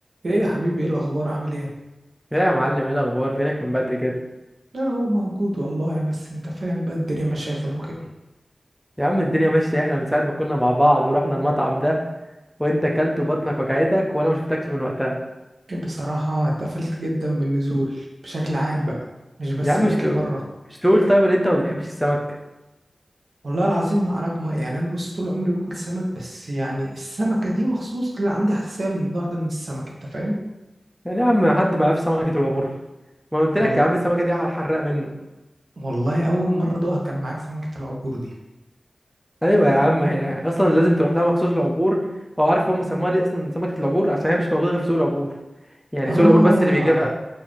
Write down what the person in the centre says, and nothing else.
يا معلم ايه الاخبار فينك من بدري كده
يا عم الدنيا ماشيه احنا من ساعه ما كنا مع بعض ورحنا المطعم ده وانت كلت وبطنك وجعتك وانا ما شفتكش من وقتها
يا عم
مش تقول
مش تقول طيب ان انت ما بتحبش السمك
يعني يا عم حد ما يعرفش سمكه الوابور ما أنا قلت
لك يا عم السمكه دي على الحراق منه
ايوه يا عم هي اصلا لازم تروح لها مخصوص العبور هو عارف هم سموها ليه اصلا سمكه العبور عشان هي مش موجوده غير في سوق العبور يعني
سوق العبور بس اللي بيجيبها